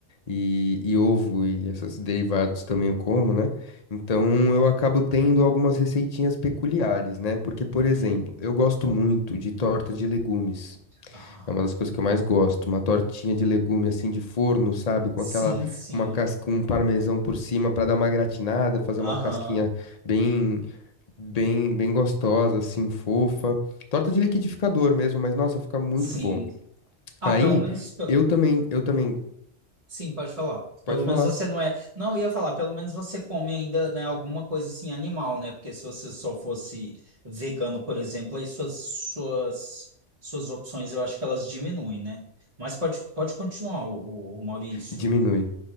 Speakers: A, on the left; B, on the right.
A: e, e ovo e esses derivados também eu como, né? Então eu acabo tendo algumas receitinhas peculiares, né? Porque, por
B: uhum.
A: exemplo, eu gosto muito de torta de legumes.
B: Ah.
A: É uma das coisas que eu mais gosto, uma tortinha de legume assim de forno, sabe? Com
B: Sim,
A: aquela,
B: sim.
A: com uma casca, com um parmesão por cima para dar uma gratinada, fazer
B: Aham.
A: uma casquinha bem, bem, bem gostosa, assim, fofa. Torta de liquidificador mesmo, mas nossa, fica muito
B: Sim.
A: bom.
B: Ah,
A: Aí,
B: pelo menos. pe-
A: eu também, eu também,
B: Sim, pode falar. Pelo
A: pode
B: menos
A: falar.
B: você não é. Não, eu ia falar, pelo menos você come ainda, né, alguma coisa assim animal, né? Porque se você só fosse vegano, por exemplo, aí suas, suas, suas opções eu acho que elas diminuem, né? Mas pode, pode continuar, o, o Maurício.
A: Diminui.